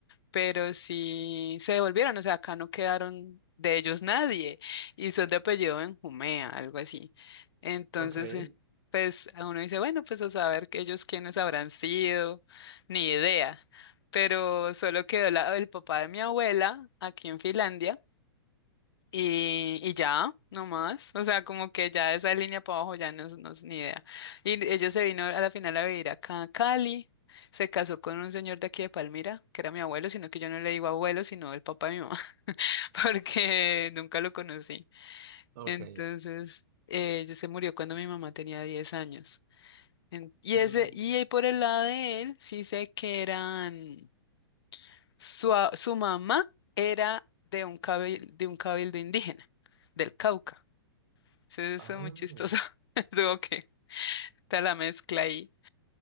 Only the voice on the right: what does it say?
Ok.
Ok.
Mm,
ah.